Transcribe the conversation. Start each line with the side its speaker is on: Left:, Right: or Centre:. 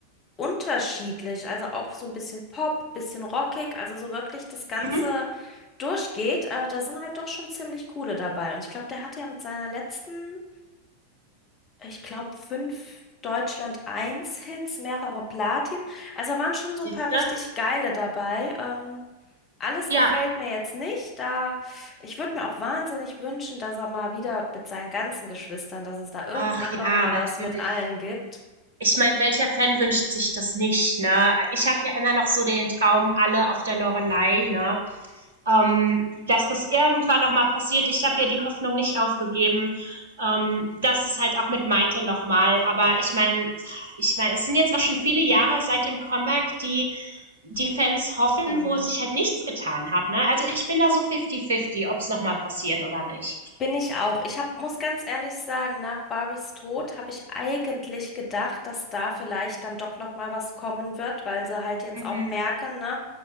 Left: unterschiedlich, also auch so ein bisschen Pop, bisschen rockig, also so wirklich das Ganze
Right: Mhm.
Left: durchgeht, äh, da sind halt doch schon ziemlich coole dabei. Und ich glaube, der hatte ja mit seiner letzten ich glaube, fünf Deutschland Eins Hits, mehrere Platin. Also da waren schon
Right: Siehst
Left: so ein paar richtig
Right: du?
Left: geile dabei. Ähm, alles
Right: Ja.
Left: gefällt mir jetzt nicht. Da ich würde mir auch wahnsinnig wünschen, dass er mal wieder mit seinen ganzen Geschwistern, dass es da irgendwann
Right: Ach ja,
Left: noch mal
Right: natürlich.
Left: was mit allen gibt.
Right: Ich meine, welcher Fan wünscht sich das nicht, ne? Ich habe ja immer noch so den Traum, alle auf der Lorelei, ne? Ähm, dass das irgendwann nochmal passiert. Ich habe ja die Hoffnung nicht aufgegeben. Ähm, das ist halt auch mit Maite nochmal. Aber ich meine, ich meine, es sind jetzt auch schon viele Jahre seit dem Comeback, die die Fans hoffen,
Left: Hm.
Right: wo sich halt nichts getan hat. Ne? Also ich bin da so fifty-fifty, ob es nochmal passiert oder nicht.
Left: Bin ich auch. Ich hab, muss ganz ehrlich sagen, nach Barbies Tod habe ich eigentlich gedacht, dass da vielleicht dann doch noch mal was kommen wird, weil sie halt jetzt
Right: Mhm.
Left: auch merken, ne?